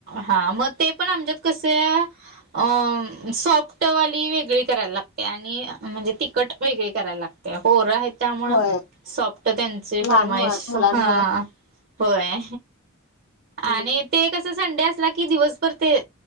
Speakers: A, on the right (about 50°); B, on the left (about 80°).
A: हा मग ते पण आमच्यात कसं अं सॉफ्टवाली वेगळी करायला लागतीया आणि म्हणजे तिखट वेगळी करायला लागतीया. पोरं खाईत त्यामुळं
B: होय.
A: सॉफ्ट त्यांची
B: लहान
A: फरमाईश
B: मुळ मुलांमुळं
A: हा होय.
B: हम्म,
A: आणि ते कसं संडे असला की, दिवसभर ते